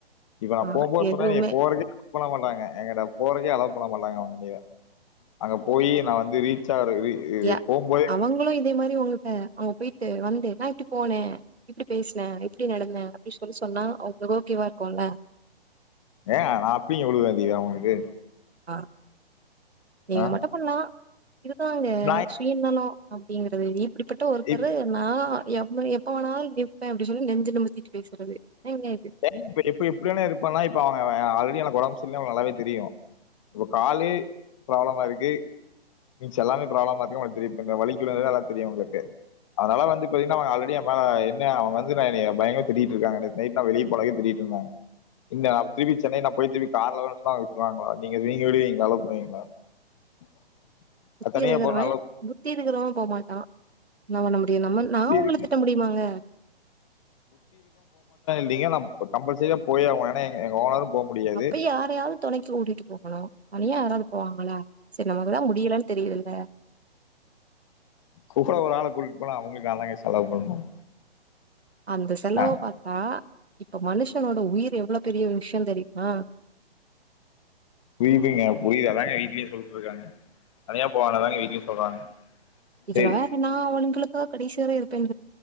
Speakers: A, on the left; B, on the right.
A: இப்ப நா
B: ஆ
A: போம்போது சொன்னா
B: எதுவுமே
A: எனைய போறக்கே <inaudible> மாட்டாங்க எங்கட்ட போறக்கே அலவ் பண்ண மாட்டாங்க அவுங்க எனைய அங்க போயி நா வந்து ரீச்சா
B: ய
A: இ போம் போதே
B: அவங்களும் இதே மாரி உங்கள்ட்ட அவுங்க போய்ட்டு வந்து நா இப்டி போனே இப்டி பேசுன இப்டி நடந்தே அப்டி சொல்லி சொன்னா அவங்களுக்கு ஓகேவா இருக்கும்ல
A: ஏங்க நா அப்பிங்க விடுவ இதய அவுங்ளுக்கு
B: ஆ நீங்க
A: ஆ
B: மட்டு பண்லா இதுதாங்க
A: நா
B: சுயநலம் அப்படிங்கறது இப்படிப்பட்ட ஒருத்தரு
A: இப்ப
B: நான் எ எப்ப வேணாலும் நிப்பேன் அப்படி சொல்லி நெஞ்சு நிமித்திட்டு பேசுறது ஏங்க இது
A: இப்ப எப்ப எப்படிவேணா இருப்பான்னா இப்ப அவ ஆள் எனக்கு உடம்புசரியில்லை நல்லாவே தெரியும் இப்ப காலே ப்ராப்ளமா இருக்கு <unintelligible> மி எல்லாமே ப்ராப்ளமா இருக்கும்அவங்களுக்கு தெரியும் வலிக்கும்கறது நல்லாவே தெரியும் அவுங்களுக்கு அதனால வந்து பாத்தீங்கன்னா அவங்க ஆல்ரெடி எம் மேல என்ன அவன் வந்து நான் பயங்கர திட்டிட்டு இருக்காங்க நை்ட் நா வெளியே போலாங்க திருட்டு இருந்தாங்க இன் திருப்பி சென்னை நான் போய் திருப்பி கார்ல சொன்னா அவங்க விடுவாங்களா நீங்க வெளியவிடுவீங்களா நீங்க அலவ் பண்ணுவீங்களா <unintelligible>
B: புத்தி
A: நான் தனியா
B: எழுதறவேன்
A: போறேன் அலோ
B: <unintelligible> இருக்கறவன் போக மாட்டான் <unintelligible> நான் நம்ம
A: புத்தி
B: நான் உங்களை
A: இருக்கு
B: திட்ட முடியுமாங்க க்ஷ
A: இல்லைங்க நான் கம்பல்சரியா போயே ஆகணும் ஏன்னா எங்க ஓனரும் போ முடியாது.
B: அப்ப யாரையாவது துணைக்கு கூட்டிட்டு போகணும் தனியா யாராவது போங்களா சரி நமக்கு தான் முடியலேன்னு தெரியுதல்ல ஆஹ
A: கூட ஒரு ஆளை கூட்டிட்டு போனா அவங்களுக்கு நாங்க தான் செலவு பண்ணணும்
B: அந்த செலவு
A: ஆ
B: பாத்தா இப்ப மனுஷனோட உயிர் எவ்வளவு பெரிய விஷயம் தெரியுமா
A: புரியுதுங்க புரியுது அதாங்க வீட்லயும் சொல்லிட்டு இருக்காங்க தனியா போகவேண்டாய்யா அதாங்க வீட்லயும் சொல்றாங்க
B: இதுல
A: சரி.
B: வேற நா அவளுங்களுக் ஆஹ் கடைசி வர இருப்பேன்